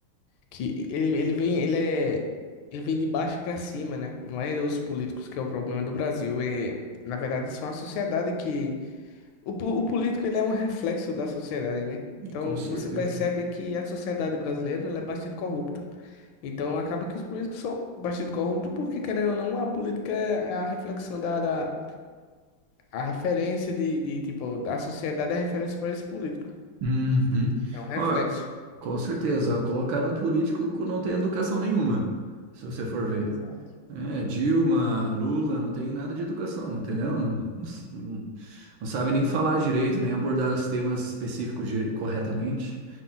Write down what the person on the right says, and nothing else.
com certeza.
Uhum.
Ó, com certeza, ó, colocaram um político que não tem educação nenhuma, se você for ver.
É, Dilma, Lula, não tem nada de educação, entendeu? Não, não, não sabe nem falar direito, nem abordar os temas específicos dire- corretamente.